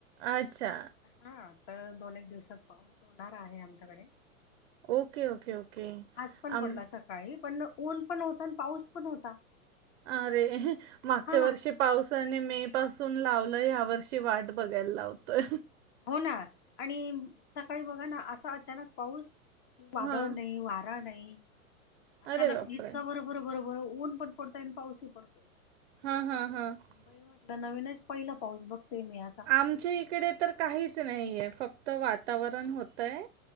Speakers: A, on the right; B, on the left.
A: अच्छा
B: हा तर दोन एक दिवसात पाऊस होणार आहे आमच्याकडे
A: ओके ओके ओके.
B: आज पण पडला
A: आम
B: सकाळी पण ऊन पण होता आणि पाऊस पण होता.
A: अरे मागच्या
B: हा
A: वर्षी- पावसाने मे पासून लावल या वर्षी वाट बघायला लावतोय.
B: हो ना आणि सकाळी बघा ना असा अचानक पाऊस वादळ
A: हा
B: नाही वारा नाही. अचानक
A: अरे बापरे
B: इतका बरोबर बरं बर बर ऊन पण पडतोय आणि पाऊसही पडतोय.
A: हा हा हा
B: मुबई म्हटलं नवीनच पहिला पाऊस बघतोय मी आाता
A: आमच्या इकडे तर, काहीच नाहीये फक्त वातावरण होतय.